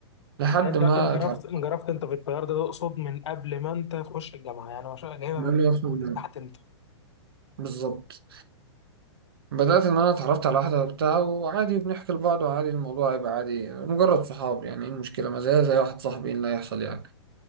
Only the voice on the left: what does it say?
يعني انت
انجرفت
انجرفت انت في التيار ده تقصد من قبل ما انت تخش الجامعه يعني مش جايبها
من
من تحت انت